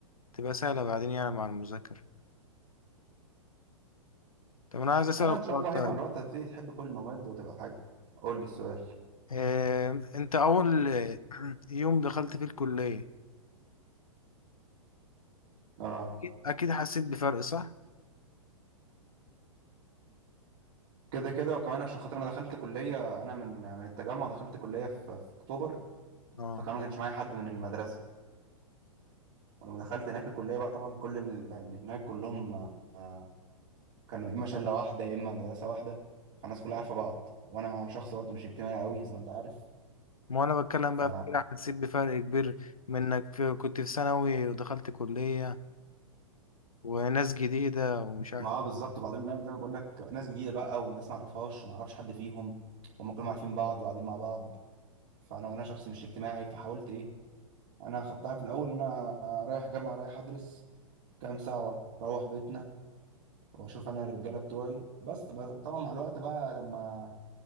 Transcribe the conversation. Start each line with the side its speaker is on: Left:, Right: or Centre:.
Left: تبقى سهلة بعدين يعني مع المذاكرة طب انا عايز اسألك
Right: انا ان شاء
Left: سؤال
Right: الله
Left: طيب
Right: هي مع الوقت هتبتدي تحب كل المواد وتبقى حاجه قول لي السؤال
Left: آه انت اول <clears throat> يوم دخلت فيه الكلية
Right: اه
Left: اكيد أكيد حسيت بفرق صح؟
Right: كده كده وكمان عشان خاطر انا دخلت كليه انا من من التجمع دخلت كليه في, في اكتوبر
Left: اه
Right: فكمان ما كانش معايا حد من المدرسه ولما دخلت هناك الكليه بقى طبعا كل ال- اللي هناك كلهم آه كانوا يا اما شله واحده يا اما مدرسه واحده فالناس كلها عارفه بعض وانا شخص برضه مش اجتماعي قوي زي ما انت عارف
Left: ما انا بتكلم
Right: ف
Left: بقى في كده حسيت بفرق كبير من انك في... كنت في ثانوي ودخلت كلية وناس جديدة ومش عارف
Right: ما هو بالظبط وبعدين بقى زي ما بقول لك ناس جديده بقى وناس ما اعرفهاش وما اعرفش حد فيهم هم كلهم عارفين بعض وقاعدين مع بعض فانا وانا شخص مش اجتماعي فحاولت ايه انا خدتها في الاول ان انا رايح جامعه رايح ادرس كام ساعه واروح بيتنا واشوف انا الرجاله بتوعي بس بس طبعا مع الوقت بقى لما